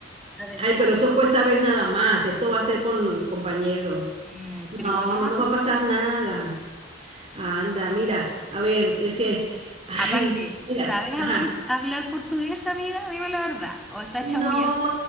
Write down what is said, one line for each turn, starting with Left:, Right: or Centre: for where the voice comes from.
Centre: a decir,
Right: ay, pero eso fue esa vez nada más. Esto va a ser con compañeros.
Centre: mm,
Right: No,
Centre: pero igual
Right: no
Centre: nos
Right: nos
Centre: asustamos.
Right: va a pasar nada. Anda, mira, a ver, ese, ay,
Centre: Aparte,
Right: mira,
Centre: ¿sabes hablar,
Right: ajá.
Centre: hablar portugués, amiga? Dime la verdad. ¿O estás
Right: No,
Centre: chamullando?